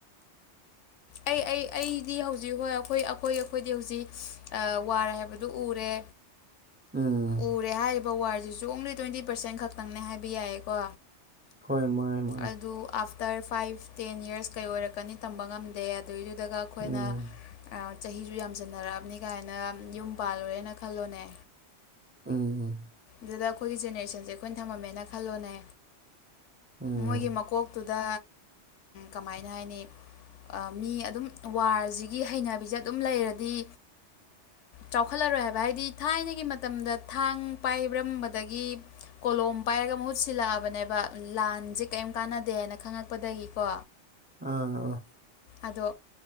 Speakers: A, on the left; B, on the right.
A: ꯑꯩ ꯑꯩ ꯑꯩꯗꯤ ꯍꯧꯖꯤꯛ ꯍꯣꯏ ꯑꯩꯈꯣꯏ ꯑꯩꯈꯣꯏ ꯑꯩꯈꯣꯏꯗꯤ ꯍꯧꯖꯤꯛ ꯑ ꯋ꯭ꯥꯔ ꯍꯥꯏꯕꯗꯨ ꯎꯔꯦ
B: ꯎꯝ
A: ꯎꯔꯦ ꯍꯥꯏꯔꯤꯕ ꯋꯥꯔꯁꯤꯁꯨ ꯑꯣꯡꯂꯤ ꯇ꯭ꯋꯦꯟꯇꯤ ꯄꯥꯔꯁꯦꯟ ꯈꯛꯇꯪꯅꯦ ꯍꯥꯏꯕ ꯌꯥꯏꯀꯣ
B: ꯍꯣꯏ ꯃꯥꯢꯝ꯫
A: ꯑꯗꯨ ꯑꯥꯐꯇꯔ ꯐꯥꯏꯐ ꯇꯦꯟ ꯌꯔꯁ ꯀꯩ ꯑꯣꯏꯔꯛꯀꯅꯤ ꯇꯝꯕ ꯉꯝꯗꯦ ꯑꯗꯨꯏꯗꯨꯗꯒ ꯑꯩꯈꯣꯏꯅ
B: ꯎꯝ
A: ꯆꯍꯤꯁꯨ ꯌꯥꯝ ꯆꯟꯅꯔꯛꯑꯕꯅꯤ ꯀꯥꯏꯅ ꯌꯨꯝ ꯄꯥꯜꯂꯨꯔꯦꯅ ꯈꯜꯂꯣꯅꯦ
B: ꯎꯝ
A: ꯑꯗꯨꯗ ꯑꯩꯈꯣꯏꯒꯤ ꯖꯦꯅꯦꯔꯦꯁꯟꯁꯦ ꯑꯩꯈꯣꯏꯅ ꯊꯝꯃꯝꯃꯦꯅ ꯈꯜꯂꯣꯅꯦ
B: ꯎꯝ
A: ꯃꯣꯏꯒꯤ ꯃꯀꯣꯛ ꯑꯗꯨꯨꯗ ꯀꯃꯥꯏꯅ ꯍꯥꯏꯅꯤ ꯑ ꯃꯤ ꯑꯗꯨꯝ ꯋꯥꯔꯁꯤꯒꯤ ꯍꯩꯅꯕꯤꯁꯦ ꯑꯗꯨꯝ ꯂꯩꯔꯗꯤ ꯆꯥꯎꯈꯠꯂꯔꯣꯏ ꯍꯥꯏꯕ ꯍꯥꯏꯗꯤ ꯊꯥꯏꯅꯒꯤ ꯃꯇꯝꯗ ꯊꯥꯡ ꯄꯥꯏꯔꯝꯕꯗꯒꯤ꯫ ꯀꯣꯂꯣꯝ ꯄꯥꯏꯔꯒ ꯃꯍꯨꯠ ꯁꯤꯜꯂꯛꯑꯕꯅꯦꯕ ꯂꯥꯟꯁꯦ ꯀꯔꯤꯝ ꯀꯥꯟꯅꯗꯦ ꯍꯥꯏꯅ ꯈꯪꯉꯛꯄꯗꯒꯤꯀꯣ
B: ꯑꯥ ꯑ
A: ꯑꯗꯣ